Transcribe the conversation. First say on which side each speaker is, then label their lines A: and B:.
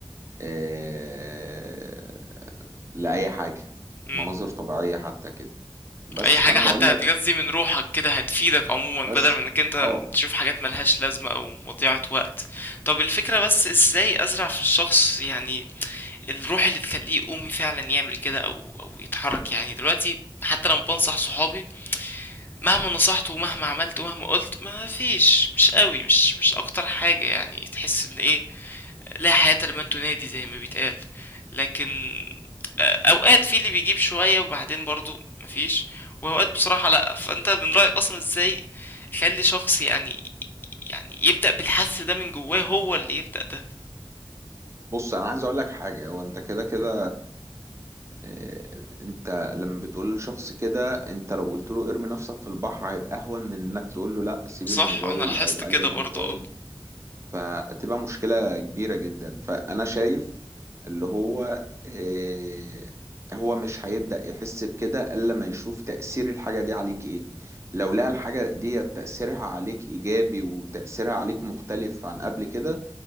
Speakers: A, on the right (about 30°); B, on the left (about 20°).
A: آه، لأي حاجة
B: مم.
A: مناظر طبيعية حتى كده بس
B: أي حاجة
A: فأنا
B: حتى
A: بقول
B: هتغذي
A: لك
B: من روحك كده هتفيدك عموما
A: بس
B: بدل من إنك أنت
A: اه
B: تشوف حاجات ملهاش لازمة أو مضيعة وقت طب الفكرة بس إزاي أزرع في الشخص يعني الروح اللي تخليه يقوم فعلا يعمل كده او او يتحرك يعني دلوقتي حتى لما بنصح صحابي مهما نصحت ومهما عملت ومهما قلت ما فيش مش قوي مش مش اكتر حاجة يعني تحس ان ايه لا حياة لمن تنادي زي ما بيتقال لكن آه، اوقات في اللي بيجيب شوية وبعدين برضو مفيش واوقات بصراحة لا فانت من رأيك اصلا ازاي خلي شخص يعني يعني يبدأ بالحس ده من جواه هو اللي يبدأ ده
A: بص أنا عايز أقول لك حاجة هو أنت كده كده آه، أنت لما بتقول لشخص كده أنت لو قلت له ارمي نفسك في البحر هيبقى أهون من إنك تقول له لا سيب
B: صح
A: الموبايل
B: انا لاحظت
A: أو قلل
B: كده برضو
A: من موبايل
B: اه
A: فتبقى مشكلة كبيرة جدا فأنا شايف اللي هو إيه هو مش هيبدأ يحس بكده إلا ما يشوف تأثير الحاجة دي عليك إيه لو لقى الحاجة دي تأثيرها عليك إيجابي وتأثيرها عليك مختلف عن قبل كده